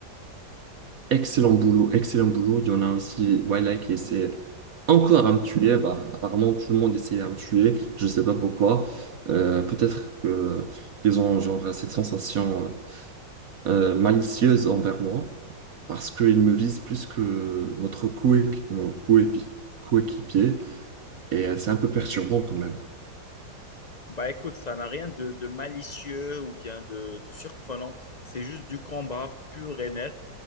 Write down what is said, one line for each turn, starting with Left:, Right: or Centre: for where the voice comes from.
Right: Excellent boulot, excellent boulot. Il y en a aussi Wildlife qui essaie encore à me tuer. Bah, apparemment, tout le monde essayait à me tuer. Je sais pas pourquoi. Euh, peut-être que qu'ils ont genre cette sensation euh, malicieuse envers moi parce qu'ils me visent plus que notre coé- nos coépi- coéquipiers. Et euh, c'est un peu perturbant quand même.
Left: Bah écoute, ça n'a rien de, de malicieux ou bien de, de surprenant. C'est juste du combat pur et net.